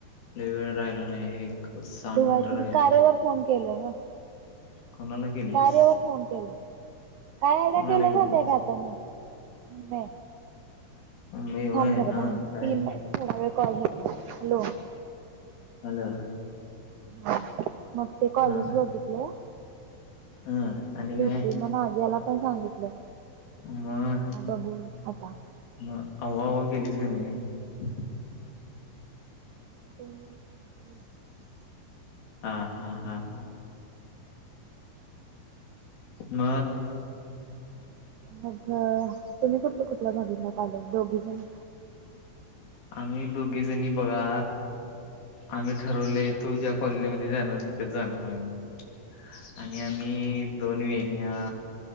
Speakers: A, on the left; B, on the right.
A: लई वेळ राहिला नाही. एक
B: धुवायची
A: मिनिटं राहिलेत.
B: क कारेवर फोन केलय ना
A: कोणाला केलीयास?
B: कार्यावर फोन केलो. काय
A: कोणाला
B: केलं
A: केलीयास?
B: माणत का आता मी म
A: मम्मी होय.
B: थाब जरा
A: हां.
B: दहा मि
A: काय?
B: तीन थोडा वेळ कॉल झाला हॅलो
A: हॅलो.
B: ह मग ते कॉलेज
A: हां.
B: बघितलंय.
A: हं. आणि
B: भीपी
A: काय?
B: म आज्याला पण सांगितलं
A: आम
B: मग बघू आता
A: ना अव्हा आवा गेलीच का नाही ना?
B: <inaudible>
A: हा हा हा हा. म
B: मग तुम्ही कुठलं कुठलं बघितला आजून दोघी जणी
A: आम्ही दोघी जणी बघा आम्ही ठरवलय तू ज्या कॉलनी मध्ये जाणार, तिथेच जाणार आहे आम्ही. आणि आम्ही दोन वेगळ्या